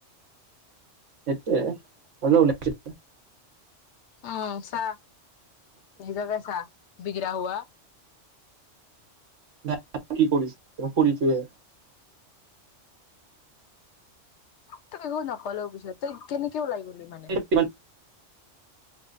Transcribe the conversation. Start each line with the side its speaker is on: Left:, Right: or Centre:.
Right: সেইটোৱে হলোঁ ওলাইছিলোঁ
Left: অঁ চা নিজকে চা বিগৰা হোৱা
Right: না আপুনি কৰিছেই মই কৰিছোহে
Left: তোক একো নকৈ হ'লে পিছত তই কেনেকে ওলাই গ'লি মানে
Right: কিমান